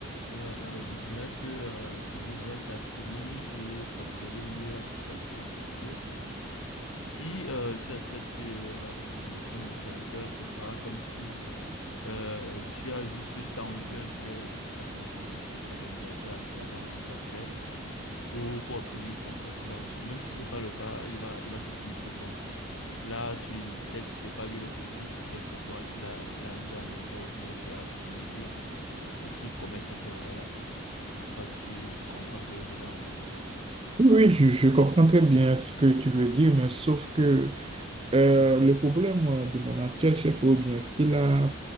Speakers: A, on the left; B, on the right.
A: euh, je dirais que euh, tu devrais t'abstenir et observer mieux la situation parce que si euh, tu acceptes euh, la proposition du directeur, ça sera comme si euh, tu as juste tendu un piège à ton, à ton directeur, à ton chef actuel pour, pour obtenir son poste. Donc, même si ce n'est pas le cas, il va, il va se dire que bon. Là, tu peut-être c'est pas lui le fautif, peut-être c'est toi qui l'as qui l'as induit en erreur ou bien tu l'as piégé pour qu'il commette cette erreur-là. Je sais pas si tu, tu comprends un peu où je veux en venir.
B: Oui, je, je comprends très bien ce que tu veux dire, mais sauf que Euh, le problème euh, de mon actuel chef, ou bien ce qu'il a,